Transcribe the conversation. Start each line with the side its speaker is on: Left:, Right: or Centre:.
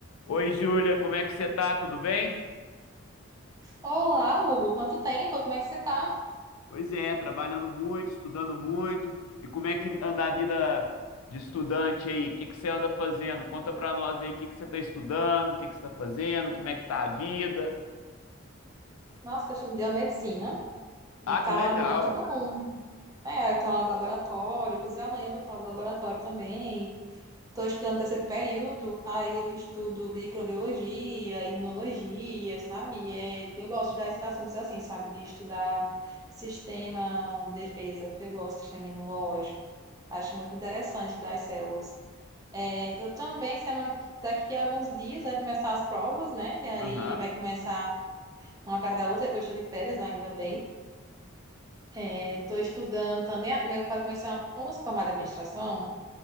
Left: Oi, Júlia, como é que você tá? Tudo bem?
Right: Olá, Hugo. Quanto tempo? Como é que você tá?
Left: Pois é, trabalhando muito, estudando muito. E como é que anda a vida de estudante aí? O que que você anda fazendo? Conta pra nós aí o que que você tá estudando, o que que você tá fazendo, como é que tá a vida.
Right: Nossa, questão de biomedicina. E
Left: Ah,
Right: tá
Left: que legal.
Right: muito bom. É, eu tenho aula de laboratório. Inclusive, amanhã eu vou ter aula de laboratório também. Estou estudando terceiro período. Aí eu estudo microbiologia, imunologia, sabe? E é, eu gosto das assuntos assim, sabe? De estudar sistema de defesa. Eu gosto do sistema imunológico. Acho muito interessante das células. É, eu também, semana que- daqui a alguns dias, vai começar as provas, né? E aí
Left: Aham.
Right: vai começar uma atrás da outra, depois estou de férias, né, ainda bem. Estou estudando também para começar, uma- como se formar de administração,